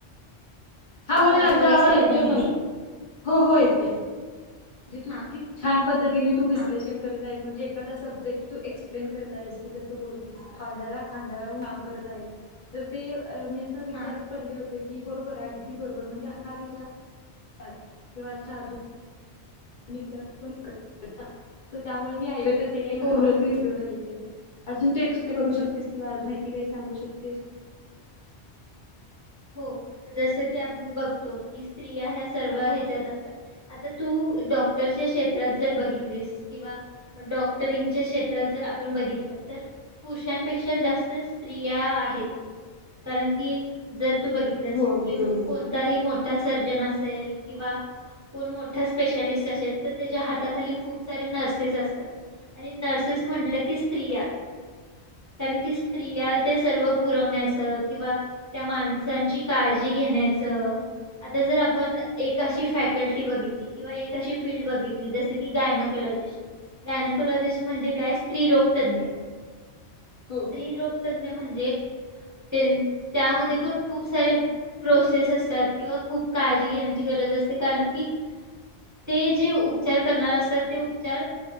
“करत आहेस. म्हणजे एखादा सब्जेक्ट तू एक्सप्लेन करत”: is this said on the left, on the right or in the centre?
Left